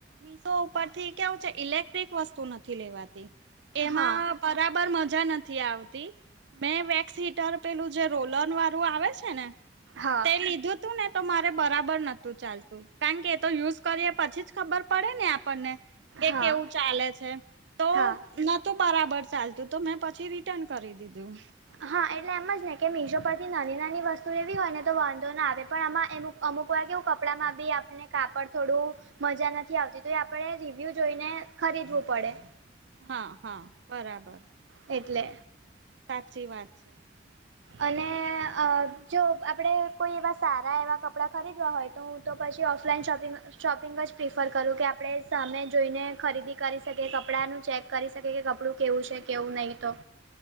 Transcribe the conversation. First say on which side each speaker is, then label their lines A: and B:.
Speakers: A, on the right; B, on the right.
A: મીશો ઉપર થી કેવું છે ઇલેક્ટ્રિક વસ્તુ નથી લેવાતી એમાં
B: હા
A: બરાબર મજા નથી આવતી મેં વેક્સ હીટર પેલું જે રોલર વા રુ આવે છે ને
B: હા
A: તે લીધું તું ને તો મારે બરાબર નતું ચાલતું કારણ કે એ તો યુઝ કરીએ પછી જ ખબર પડે ને આપણને કે
B: હા
A: કેવું ચાલે છે તો
B: હા
A: નતું બરાબર ચાલતું તો મેં પછી રિટર્ન કરી દીધું.
B: હા એટલે એમ જ ને કે મીશો પરથી નાની નાની વસ્તુ લેવી હોય ને તો વાંધો ના આવે પણ આમાં એમુ અમુક વાર કેવું કપડા માં બી આપ કાપડ થોડું મજા નથી આવતી તો એ આપણે રિવ્યુ જોઈને ખરીદવું પડે
A: હા હા બરાબર
B: એટલે.
A: સાચી વાત છે.
B: અને અ જો આપડે કોઈ એવા સારા એવા કપડા ખરીદવા હોય તો હું તો પછી ઓફલાઈન શોપિંગ શોપિંગ જ પ્રિફર કરું કે આપણે સામે જોઈને ખરીદી કરી શકીએ કપડાંનું ચેક કરી શકે કે કપડું કેવું છે કેવું નહી તો.